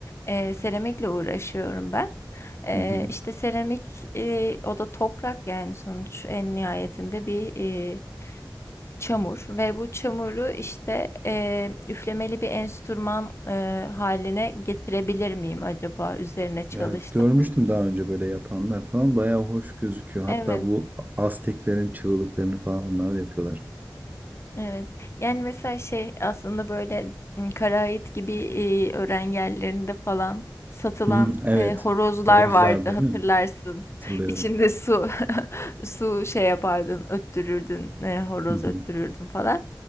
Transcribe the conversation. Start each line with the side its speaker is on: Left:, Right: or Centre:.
Left: E, seramikle uğraşıyorum ben. Eee,
Right: Hı hı.
Left: işte seramik, eee, o da toprak yani sonuç en nihayetinde bir, eee, çamur ve bu çamuru işte, eee, üflemeli bir enstrüman, eee, hâline getirebilir miyim acaba üzerine çalıştım.
Right: Evet, görmüştüm daha önce böyle yapanlar falan. Bayağı hoş gözüküyor. Hatta
Left: Evet.
Right: bu Azteklerin çığlıklarını falan onlar da yapıyorlar.
Left: Evet. Yani mesela şey aslında böyle m, Karaait gibi e, öğren yerlerinde falan satılan
Right: Hı, evet.
Left: e, horozlar
Right: Horozlar
Left: vardı
Right: değil
Left: hatırlarsın.
Right: mi? Hatırlıyorum.
Left: İçinde su <laughs> su şey yapardın, öttürürdün, e, horoz
Right: Hı hı.
Left: öttürürdün falan.